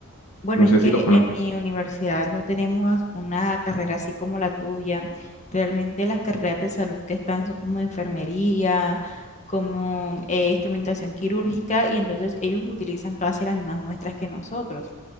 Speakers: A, on the left; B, on the left.
A: Bueno,
B: No
A: es
B: sé
A: que
B: si los conozcas.
A: en mi universidad no tenemos una carrera así como la tuya. Realmente las carreras de salud que están son como enfermería, como eh, instrumentación quirúrgica, y entonces ellos utilizan casi las mismas muestras que nosotros,